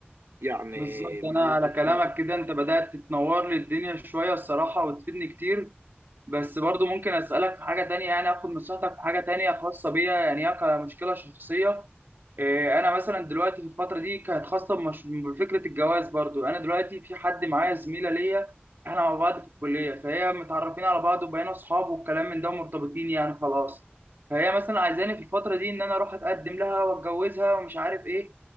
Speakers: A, on the right; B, on the right.
A: يعني
B: بالظبط
A: من
B: انا
A: وجهة
B: على كلامك
A: نظر
B: كده انت بدأت تتنور لي الدنيا شوية الصراحة وتفيدني كتير بس برضو ممكن اسألك في حاجة تانية يعني اخد نصيحتك في حاجة تانية خاصة بيا يعني هي كمشكلة شخصية إيه، انا مثلا دلوقتي في الفترة دي كانت خاصة بمش- بفكرة الجواز برضو انا دلوقتي في حد معايا زميلة ليا احنا مع بعض في الكلية فهي متعرفين على بعض وبقينا اصحاب والكلام من ده ومرتبطين يعني خلاص فهي مثلا عايزاني في الفترة دي ان انا اروح اتقدم لها واتجوزها ومش عارف ايه